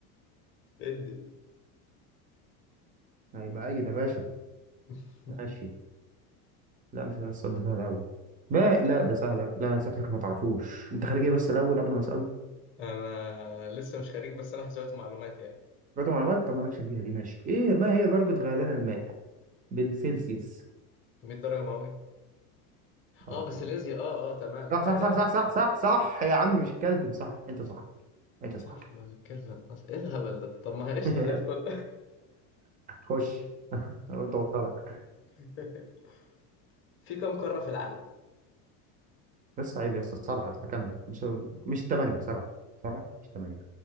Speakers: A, on the left (about 25°); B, on the right (about 20°).
A: ادي
B: هيبقى ايوه يا باشا
A: <laughs>
B: ماشي لا مش ده السؤال ده سهل أوي ما لا ده سهل أوي لا شكلك ما تعرفوش أنت خارجية بس الأول قبل ما أسأله
A: انا لسه مش خريج بس انا حسابات معلومات يعني
B: قرأت معلومات طب مالكش فيها دي ماشي إيه ما هي درجة غليان الماء بالسيلسيوس
A: 100 درجه مئويه
B: عرفت
A: اه بس
B: يعني.
A: ليزيا اه اه تمام
B: صح صح
A: آه
B: صح صح صح صح صح يا عم مش كلفن صح أنت صح أنت
A: صح
B: صح
A: ما من كلفن ايه الهبل ده طب ما هي قشطه
B: <laughs>
A: زي الفل
B: خش أنا قلت أوترك
A: <laughs> في كم قاره في العالم
B: بس عيب يا اسطى سبعة يا اسطى كمل مش مش ثمانية سبعة سبعة مش ثمانية